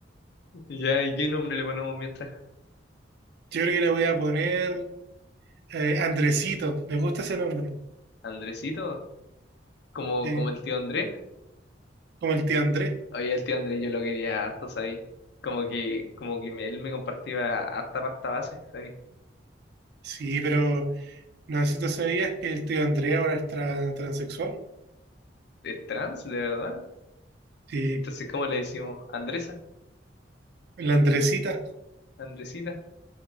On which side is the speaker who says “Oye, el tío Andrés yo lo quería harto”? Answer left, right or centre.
Left